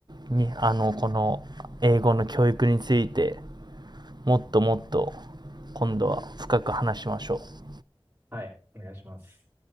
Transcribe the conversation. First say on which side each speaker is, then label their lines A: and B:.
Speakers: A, on the right; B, on the right.
A: に、あの、この英語の教育についてもっともっと今度は深く話しましょう。
B: はい。お願いします。